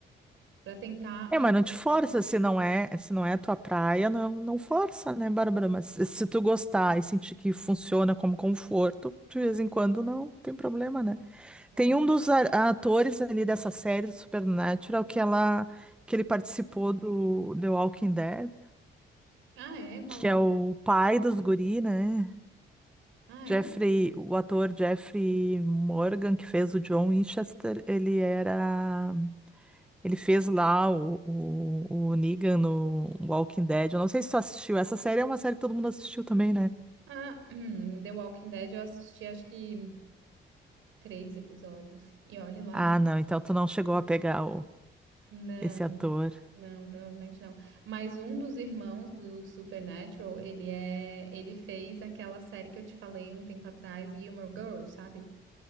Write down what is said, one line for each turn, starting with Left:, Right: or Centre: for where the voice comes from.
Right: para tentar
Centre: É,
Right: assistir
Centre: mas não te força,
Right: séries.
Centre: se não é, se não é a tua praia, não, não força, né, Bárbara? Mas se se tu gostar e sentir que funciona como conforto, de vez em quando não tem problema, né?
Right: É.
Centre: Tem um dos a- atores ali dessa série do Supernatural que ela que ele participou do The Walking Dead,
Right: Ah, é? Qual
Centre: que
Right: deles?
Centre: é o pai dos guri, né?
Right: Ah,
Centre: Jeffrey,
Right: é?
Centre: o ator Jeffrey Morgan, que fez o John Winchester, ele era. Ele fez lá o, o, o Negan no Walking Dead. Eu não sei se tu assistiu. Essa série é uma série que todo mundo assistiu também, né?
Right: Ah, <clears throat> The Walking Dead eu assisti acho que três episódios. E olhe lá.
Centre: Ah, não, então tu não chegou a pegar o,
Right: Não,
Centre: esse ator.
Right: não, provavelmente não. Mas um dos irmãos do Supernatural, ele é, ele fez aquela série que eu te falei um tempo atrás, Gilmore Girls, sabe?